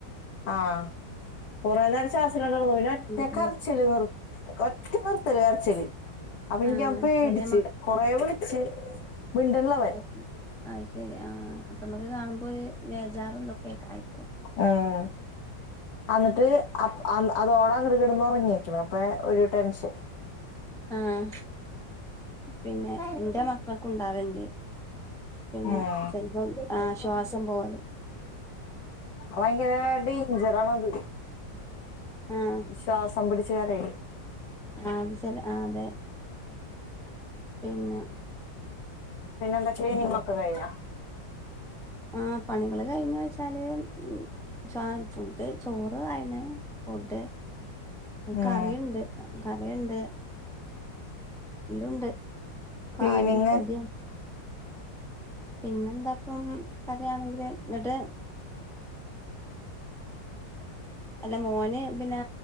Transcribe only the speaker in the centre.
ഉം ഉം.
ആ
ചെല മക്ക
അഹ് അത് ശരി ആഹ് അപ്പൊ നമക്ക് കാണുമ്പോ ഒരു ബേജാറ എന്തെക്കെയായിരിക്കും
ആഹ് പിന്നെ എന്റെ മക്കൾക്കുണ്ടാവൽണ്ട് പിന്നെ
ചെലപ്പോം ആ ശ്വാസം പോവല്
ആഹ്
ആഹ് അത് സെല ആ അതെ പിന്നെ
ആ പണികള് കഴിഞ്ഞോച്ചാല് ചോ ഫുഡ് ചോറ് അയിന് ഫുഡ്
കറിയുണ്ട് കറിണ്ട് എല്ലുണ്ട് കായന
റെഡി പിന്നെന്താപ്പം പറയാണെങ്കില് എന്നിട്ട് അല്ല മോന് പിന്നെ